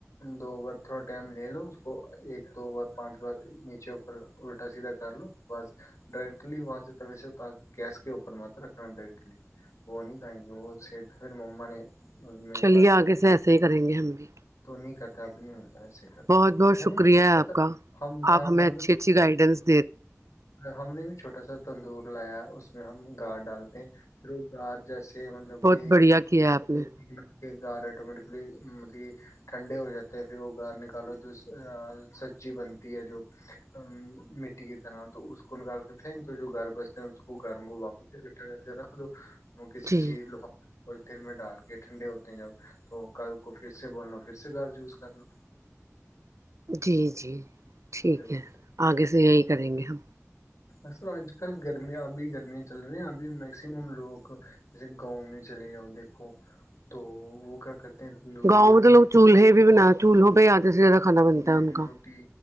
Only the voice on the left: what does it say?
دو بار تھوڑا ٹائم لے لو اس کو ایک دو بار پانچ بار نیچے اوپر الٹا سیدھا کر لو بس ڈائرٹلی وہاں سے ت سے گیس کے اوپر م تو رکھنا ڈائریکٹلی وہ نہیں کھائیں گے وہ پھر مما نے میری
بات کو
تو نہیں کرتے اب نہیں ایسے کرتے
ہم
نے
ہم ہمارا
من
ہم نے بھی چھوٹا سا تندور لایا اس اس میں ہم گار ڈالتے ہیں پھر وہ گار جیسے ج مطلب
کہ
ل کہ گار آٹومیٹکلی مب ٹھنڈے ہو جاتے ہیں پھر وہ گار نکالو جو سبزی بنتی ہے جو م مٹی کی طرح تو اس کو نکال کے پھینک دو جو گھر بستے ہیں اس کو گھروں کو واپس اکٹھا کر کے رکھ دو وہ کسی
چیز ل پ دن میں ڈال کے ٹھنڈے ہوتے ہیں جب تو کل کو پھر سے بول لو پھر سے گھر وز کر لو
یہ بات
اصل آج کل گرمیاں ابھی گرمیاں چل رہی ہیں ابھی میکسیمم لوگ جیسے گاؤں میں چلے جاؤ دیکھو تو وہ کیا کرتے ہیں تندوری
روٹی
تندوری
روٹی